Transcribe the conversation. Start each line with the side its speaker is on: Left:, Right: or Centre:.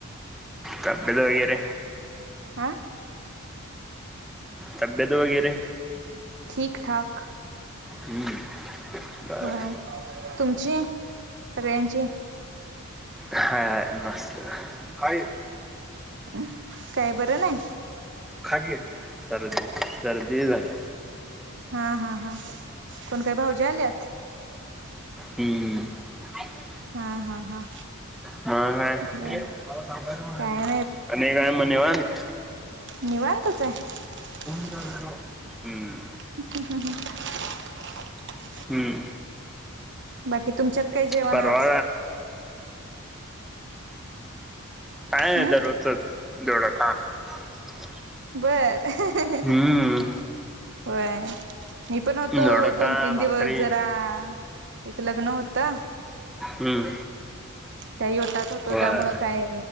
Centre: तबैत वगैरे?
Right: आ.
Centre: तब्येत वगैरे
Right: ठीक -ठाक.
Centre: हम्म. बर
Right: होय, तुमची सगळ्यांची.
Centre: हाय हाय मस्त काय
Right: अ काय बरं नाही?
Centre: खाकी सर्दी -सर्दी झाल्या.
Right: हा हा हा. कोण काय भाऊजी आल्यात?
Centre: हम्म <inaudible>
Right: हा हा हा.
Centre: मग काय
Right: बर
Centre: <inaudible>
Right: काय
Centre: आणि काय म निवांत.
Right: निवांतचं हाय. <inaudible>
Centre: हम्म
Right: <inaudible>
Centre: हम्म
Right: बाकी तुमच्यात काय जेवण
Centre: परवा
Right: आज?
Centre: काय
Right: हम्
Centre: दरोचचं दोडका <inaudible>
Right: बरं
Centre: हम्म
Right: होय. मी पण होतो,
Centre: दोडका
Right: दोन-तीन
Centre: भाकरी
Right: दिवस जरा एक लग्न होतं.
Centre: हम्म.
Right: त्या योटात होतो,
Centre: होय
Right: त्यामुळं काय